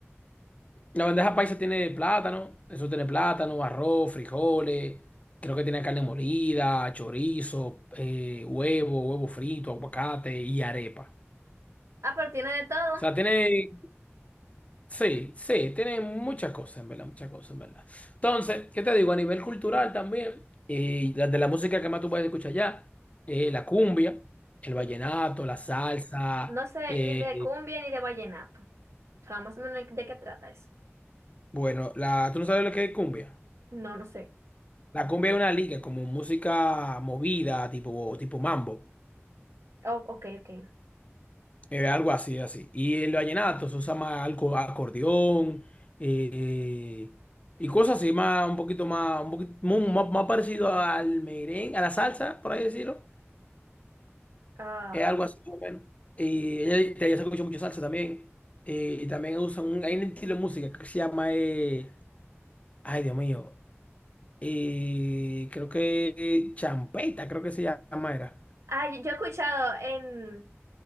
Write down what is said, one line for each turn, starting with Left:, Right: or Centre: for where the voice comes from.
Left: La bandeja paisa tiene plátano, eso tiene plátano, arroz, frijoles, creo que tiene carne molida, chorizo, eh, huevo, huevo frito, aguacate y arepa.
Right: Ah, pero tiene de todo.
Left: O sea, tiene, sí, sí, tiene muchas cosas, en verdad, muchas cosas, en verdad. Entonces, ¿qué te digo? A nivel cultural también, y la de la música que más tú puedes escuchar allá, eh, la cumbia, el vallenato,
Right: Y
Left: la salsa,
Right: no sé
Left: eh,
Right: ni de cumbia ni de vallenato. O sea, más o menos de qué trata eso.
Left: bueno, la, ¿tú no sabes lo que es cumbia?
Right: No, no sé.
Left: La cumbia es una liga, como música movida, tipo, tipo mambo,
Right: Oh, ok, ok.
Left: eh, algo así, así. Y el vallenato se usa más algo, acordeón eh, y cosas así, más, un poquito más, un poquito, mu- más, más parecido al merengue, a la salsa, por ahí decirlo.
Right: Ah,
Left: Es algo así, más o menos. Y ella, te- ella se escucha mucho salsa también. Eh, y también usan, un, hay un estilo de música que se llama, eh, ay Dios mío, eh, creo que eh, champeta, creo que se llama, era.
Right: ah, yo yo he escuchado en,